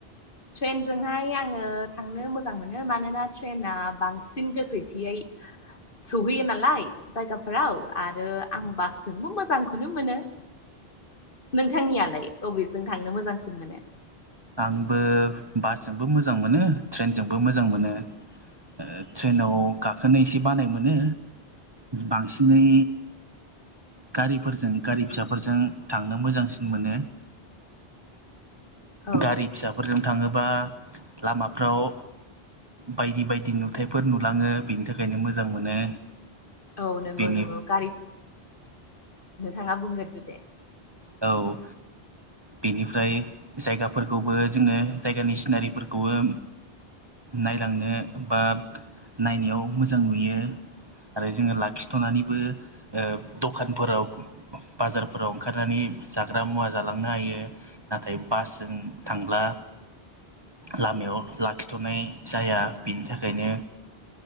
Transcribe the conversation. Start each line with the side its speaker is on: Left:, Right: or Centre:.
Left: ट्रेनजोंहाय आङो थांनो मोजां मोनो मानोना ट्रेना बांसिन गोख्रैथियै सौहैयो नालाय। जायगाफोराव आरो आं बासजोंबो मोजांखौनो मोनो। नोंथांनियालाय अबेजों थांनो मोजांसिन मोनो।
Right: आंबो बासजोंबो मोजां मोनो ट्रेनजोंबो मोजां मोनो। ओ ट्रेनाव गाखोनो एसे बानाय मोनो बांसिनै गारिफोरजों गारि फिसाफोरजों थांनो मोजांसिन मोनो।
Left: औ
Right: गारि फिसाफोरजों थाङोबा लामाफ्राव बायदि बायदि नुथाइफोर नुलाङो बेनि थाखायनो मोजां मोनो।
Left: औ नंगौ
Right: बेनि
Left: नंगौ गारि नोंथाङा बुंग्रोदो दे।
Right: औ। बेनिफ्राय जायगाफोरखौबो जोङो जायगानि सिनारिफोरखौबो नायलांनो बा नायनायाव मोजां नुयो। आरो जोङो लाखिथ'नानैबो ओ दखानफोराव बाजारफोराव ओंखार नानै जाग्रा मुवा जालांनो हायो नाथाय बासजों थांब्ला लामायाव लाखिथ'नाय जाया बेनि थाखायनो